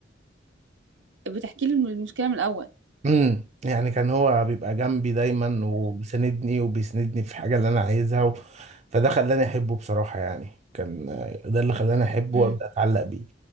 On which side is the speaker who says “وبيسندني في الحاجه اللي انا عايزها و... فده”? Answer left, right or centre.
Right